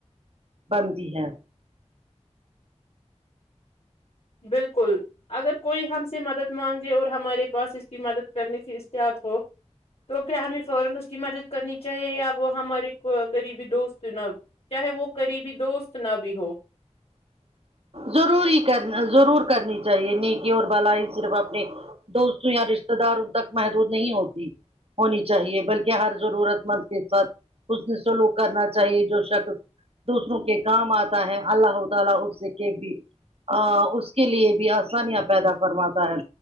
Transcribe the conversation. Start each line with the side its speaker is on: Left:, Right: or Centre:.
Right: بنتی ہے
Left: بالکل اگر کوئی ہم سے مدد مانگے اور ہمارے پاس اس کی مدد کرنے کی اتحط ہو تو کیا ہمیں فورا اس کی مدد کرنی چاہیے یا وہ ہمارے قریبی دوست نا چاہے وہ قریبی دوست نہ بھی ہو
Right: ضرور ہی کرنا ضرور کرنی چاہیے نیکی اور بل ہی صرف اپنے دوستوں یا رشتے دار ان تک محدود نہیں ہوتی ہونی چاہیے بلکہ ہر ضرورت مند کے ساتھ اس نے سلوک کرنا چاہیے جو شخص دوسروں کے کام آتا ہے اللہ تعالی اسے کہ بھی اس کے لیے بھی آسانیاں پیدا فرماتا ہے